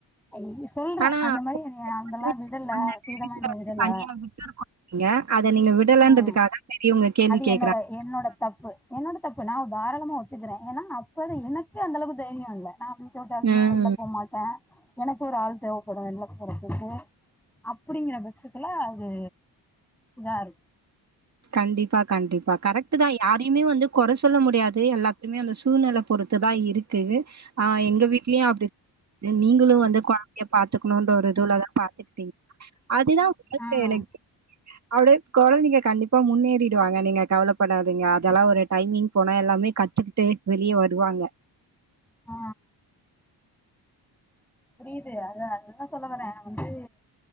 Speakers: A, in the centre; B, on the right.
A: ஐ சொல்றேன்
B: ஆனா
A: அந்த மாரி நீ அந்தெல்லாம்
B: அந்த நேரத்துல
A: விடல பீரிடமா நீ
B: வந்து
A: விடல
B: தனியா விட்டுருக்கோம் நீங்க. அத நீங்க விடலன்றதுக்காக
A: உம்
B: பெரியவங்க கேள்வி கேட்கறாங்க.
A: என்னோட என்னோட தப்பு என்னோட தப்பு நான் தாராளமா ஒத்துக்கிறேன் ஏன்னா அப்ப எனக்கு அந்த அளவு தைரியம் இல்ல நான் வீட்ட விட்டு அதிகம்
B: ம்.
A: வெளில போ மாட்டேன் எனக்கு ஒரு ஆள் தேவைப்படும் வெளில போறதுக்கு அப்டிங்கற பட்சத்துல அது இதா இருக்கும்
B: கண்டிப்பா கண்டிப்பா கரெக்ட் தான் யாரையுமே வந்து குறை சொல்ல முடியாது எல்லாத்துமே அந்த சூழ்நிலை பொறுத்து தான் இருக்கு இருக்கு ஆஹ் எங்க வீட்லயும் அப்டி நீங்களும் வந்து குழந்தைய பாத்துக்கணும்ன்ற ஒரு இதுலதான் பாத்துக்கிட்டீங்க அதுதான் உங்களுக்கு
A: ஆஹ்
B: எனக்கு அப்டியே குழந்தைங்க கண்டிப்ப இப்ப முன்னேறிடுவாங்க நீங்க கவலைப்படாதீங்க அதெல்லாம் ஒரு டைமிங் போனா எல்லாமே கத்துக்கிட்டு வெளியே வருவாங்க
A: ஆ புரியுது அது அதுதா சொல்ல வரே நா வந்து